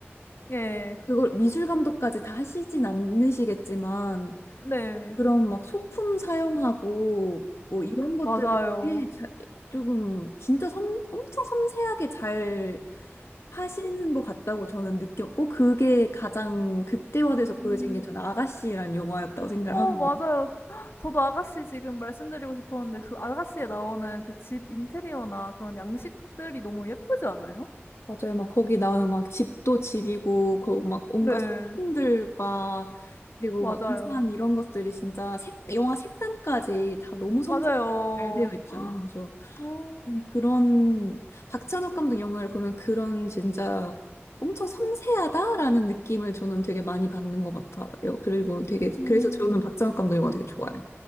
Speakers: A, on the left; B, on the left.
A: 예.
B: 그걸 미술 감독까지 다 하시진 않으시겠지만
A: 네.
B: 그런 막 소품 사용하고 뭐 이런 것들을
A: 맞아요.
B: 되게 자- 조금 진짜 섬, 엄청 섬세하게 잘 하시는 것 같다고 저는 느꼈고 그게 가장 극대화돼서
A: 오.
B: 보여진 게 저는 아가씨란 영화였다고 생각을
A: 어
B: 하거든요.
A: 맞아요. <gasps> 저도 아가씨 지금 말씀드리고 싶었는데 그 아가씨에 나오는 그 집 인테리어나 그런 양식들이 너무 예쁘지 않아요?
B: 맞아요. 막 거기 나오는 막 집도 집이고 거, 막 온갖
A: 네.
B: 소품들과 그리고
A: 맞아요.
B: 막 의상 이런 것들이 진짜 색, 영화 색감까지 다 너무 섬세히
A: 맞아요.
B: 잘 되어 있잖아요. 그래서
A: 어.
B: 음, 그런 박찬욱 감독 영화를 보면 그런 진짜 엄청 섬세하다라는 느낌을 저는 되게 많이 받는 것 같아요. 그리고 되게
A: 음.
B: 그래서 저는 박찬욱 감독 영화 되게 좋아해요.